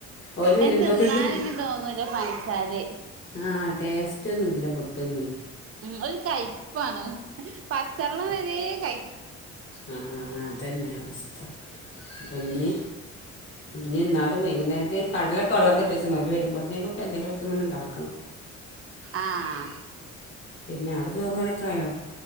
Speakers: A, on the left; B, on the right.
A: ഓല് വരുംബതേക്
B: അയിന് തിന്നാനൊന്നും തോന്നൂല പൻസാര്
A: ആടേസ്റ്റൊന്നുല്ല ഫുഡൊന്നേ
B: ഉം ഒര് കൈപാണ് പച്ചള്ളം വരേ കൈ
A: ആ അതെന്നെ അവസ്ഥ കുഞ്ഞ് ഇനി എന്നാലും വൈകുന്നേരത്തെേക് കടലൊകെ വെള്ളതിലിട്ടെചിണ് ഓല് വരുംബതിനേകൊകെ എന്തെങ്കിലൊകെങ്ങനെ ഇണ്ടാക്കണം
B: ആഹ്
A: പിന്നെഅവിടെചോറും കറിയൊകായോ